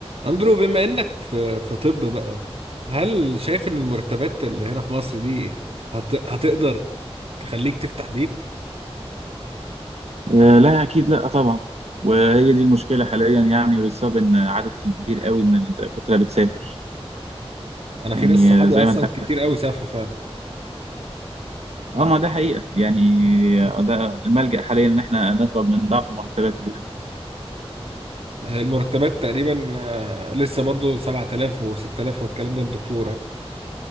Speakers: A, on the right (about 65°); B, on the right (about 80°).
A: اندرو بما انك في في طب بقى هل شايف ان المرتبات اللي هنا في مصر دي هت... هتقدر تخليك تفتح بيت
B: آه، لا اكيد لا طبعا وهي دي المشكله حاليا يعني والسبب ان عدد كبير قوي من الدكاتره بتسافر
A: انا في
B: يعني
A: ناس صحابي
B: آه، زي
A: اصلا
B: ما انت عارف
A: كتير قوي سافروا فعلا
B: اه ما ده حقيقه يعني آه، ده الملجأ حاليا ان احنا نهرب من ضعف المرتبات اللي هنا
A: المرتبات تقريبا آه، لسه برضو 7000 و6000 والكلام ده الدكتورة